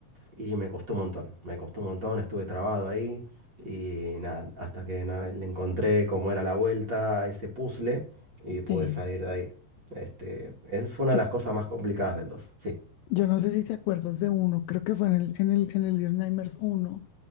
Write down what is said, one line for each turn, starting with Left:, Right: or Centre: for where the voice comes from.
Right: Y me costó un montón, me costó un montón, estuve trabado ahí y nada, hasta que nada, le encontré cómo era la vuelta a ese puzzle y pude
Left: Sí,
Right: salir de ahí. Este, esa fue una
Left: yo,
Right: de las cosas más complicadas del dos sí.
Left: yo no sé si te acuerdas de uno, creo que fue en el, en el, en el Little Nightmares uno